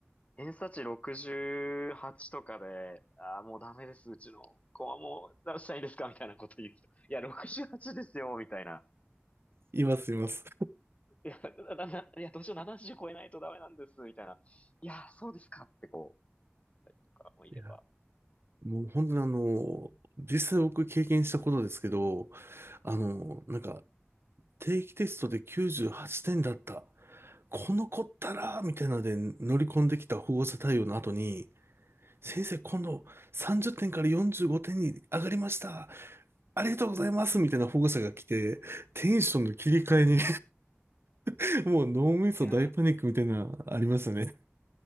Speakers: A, on the left; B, on the right.
A: 偏差値68とかで、ああ、もうダメです、うちの子はもう、どうしたらいいんですかみたいなこと言う人。いや、68ですよ、みたいな。
B: います、
A: なんか
B: います。
A: いや、な、な、いや、どうしよう、70超えないとダメなんです、みたいな。いや、そうですかってこう、言ったりとかもいれば。
B: いや、もう本当にあの、実際僕経験したことですけど、あの、なんか定期テストで98点だった。この子ったらみたいなので乗り込んできた保護者対応の後に、先生今度30点から45点に上がりました
A: ええ。
B: ありがとうございますみたいな保護者が来て、テンションの切り替えに <laughs> もう脳みそ大パニックみたいな、
A: いや
B: ありましたね。